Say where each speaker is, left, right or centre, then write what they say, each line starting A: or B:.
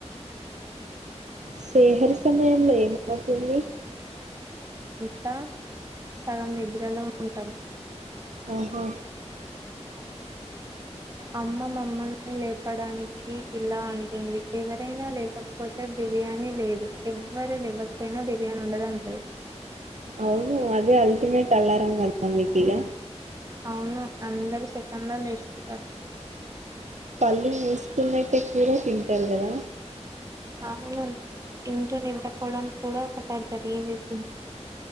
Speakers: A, on the right; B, on the right.
A: శేహరి సమయంలో ఎ వడుతుంది
B: త సగం నిద్రలో ఉంటాం
A: ఆహా
B: అమ్మ మమ్మల్ని లేపడానికి ఇలా అంటుంది ఎవర్ రైనా లేవకపోతే బిర్యానీ లేదు ఎవ్వరు లేవ్వకపోయినా బిర్యానీ ఉండదంటది
A: అవును అదే అల్టిమేట్ అలారం కద మీకీగా
B: అవును అందరు సెకండ్ లో లేస్ తర్
A: కల్లు మూస్ తున్నయ్ టేక్ కూడ తింటరు కదా
B: అవును తంటూ నిద్రపోవడం కూడా ఒకసారి జరిగింది